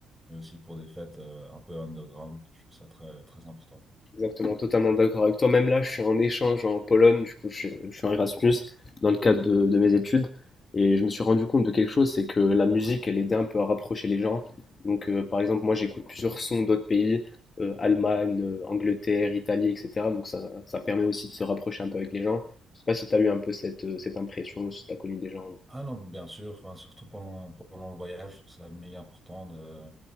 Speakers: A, in the centre; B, on the left.
A: mais aussi pour des fêtes euh, un peu underground. Je trouve ça très, très important.
B: Exactement, totalement d'accord avec toi. Même là, je suis en échange en Pologne, du coup, je, suis- je suis en Erasmus dans le cadre de, de mes études. Et je me suis rendu compte de quelque chose, c'est que la musique, elle aidait un peu à rapprocher les gens. Donc, euh, par exemple, moi, j'écoute plusieurs sons d'autres pays, euh, Allemagne, euh, Angleterre, Italie, etc. Donc, ça, ça permet aussi de se rapprocher un peu avec les gens. Je sais pas si tu as eu un peu cette, euh, cette impression, si tu as connu des gens.
A: Ah non, bien sûr, enfin, surtout pendant, pendant le voyage, je trouve ça méga important de,